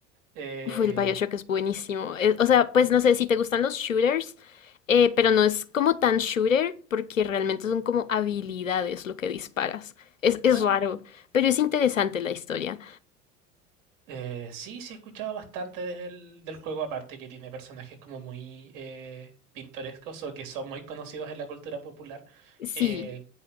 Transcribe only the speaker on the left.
Uf, el BioShock es buenísimo. Eh, o sea, pues no sé si te gustan los shooters, eh, pero no es como tan shooter porque realmente son como habilidades lo que disparas. Es, es
raro, pero es interesante la historia.
Sí,